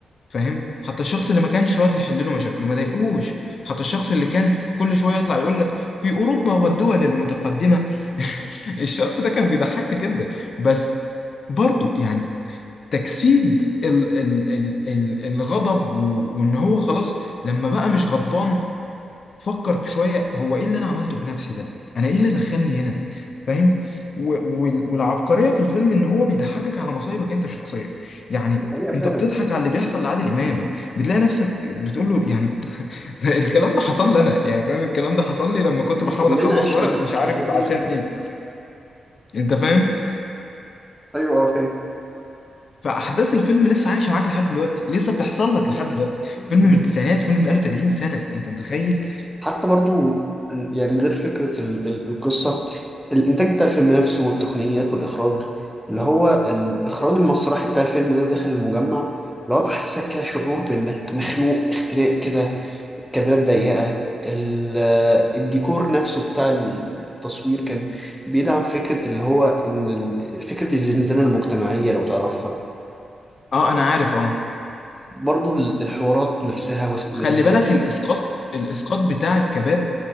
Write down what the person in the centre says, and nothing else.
دي حقيقة فعلا
كلنا
عشنا
الحوارات
دي
أيوة آه،
فاهم
حتى برضو يعني غير فكرة ال- ال- القصة الإنتاج بتاع الفيلم نفسه والتقنيات والإخراج اللي هو الإخراج المسرحي بتاع الفيلم ده داخل المجمع اللي هو بحسسك كده شعور بإنك مخنوق اختناق كده الكادرات ضيقة ال- الديكور نفسه بتاع التصوير كان بيدعم فكرة اللي هو إن ال- فكرة الزنزانة المجتمعية لو تعرفها
برضو الحوارات نفسها والسيناريوهات